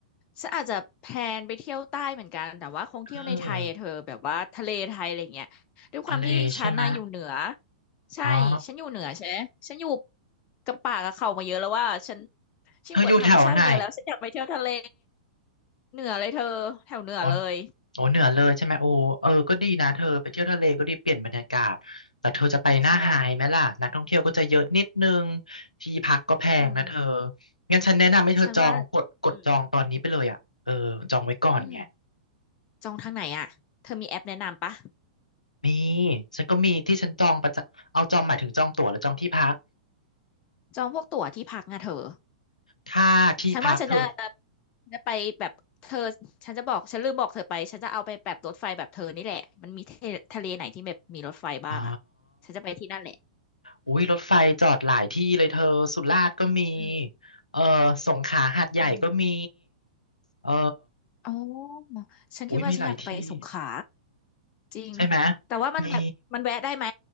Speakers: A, on the left; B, on the left.
A: ฉันอาจจะแพลนไปเที่ยวใต้เหมือนกันแต่ว่าคงเที่ยวในไทยอะเธอแบบว่าทะเลไทยอะไรเงี้ยด้วยความที่ฉันน่ะอยู่เหนือ
B: เออทะเลใช่ไหมะ
A: ใช่ฉันอยู่เหนือใช่ไหมฉันอยู่
B: อ๋อ
A: กับป่ากับเขามาเยอะแล้วว่าฉันชินอยู่กับธรรมชาติมาเยอะแล้วฉันอยากไปเที่ยวทะเล
B: เธออยู่แถวไหน
A: เหนือเลยเธอแถวเหนือเลย
B: อ๋อโอ้เหนือเลยใช่ไหมโอ้เออก็ดีนะเธอไปเที่ยวทะเลก็ดีเปลี่ยนบรรยากาศแต่เธอจะไปหน้าไฮไหมล่ะนักท่องเที่ยวก็จะเยอะนิดนึง
A: ใช่
B: ที่พักก็แพงนะเธอ
A: อืม
B: งั้นฉันแนะนำให้เธอจองกดกดจองตอนนี้ไปเลยอ่ะเออจองไว้ก่อนไง
A: ฉันว่าอืม อืมจองทางไหนอ่ะเธอมีแอปแนะนำปะ
B: มีฉันก็มีที่ฉันจองประจำเอาจองหมายถึงจองตั๋วหรือจองที่พัก
A: จองพวกตั๋วที่พักนะเธอ
B: ถ้าที่พักเธอ
A: ฉันว่าฉันจะจะไปแบบเธอฉันจะบอกฉันลืมบอกเธอไปฉันจะเอาไปแบบรถไฟแบบเธอนี่แหละมันมีเททะเลไหนที่แบบมีรถไฟบ้างอ่ะ
B: อ๋อ
A: ฉันจะไปที่นั่นแหละ
B: อุ้ยรถไฟจอดหลายที่เลยเธอสุราษฎร์ก็มี
A: อืม
B: เออสงขลาหาดใหญ่ก็มี
A: อืม
B: เออ
A: อ๋อฉันคิดว่าฉันอยากไปสงขลา
B: อุ้ยมีหลายที่
A: จริง
B: ใช่ไหม
A: แต่ว่ามันแบบมันแวะได้ไหม
B: มี